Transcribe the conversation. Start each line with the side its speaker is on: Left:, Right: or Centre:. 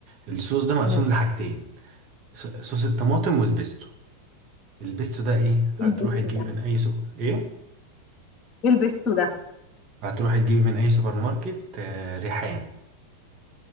Right: الصوص ده مقسوم
Left: مم.
Right: لحاجتين ص- صوص الطماطم والبيستو البيستو ده ايه هتروحي
Left: ايه البيستو
Right: تجيبي
Left: ده
Right: من اي سوبر ايه
Left: ايه البيستو ده
Right: هتروحي تجيبي من اي سوبر ماركت آه ريحان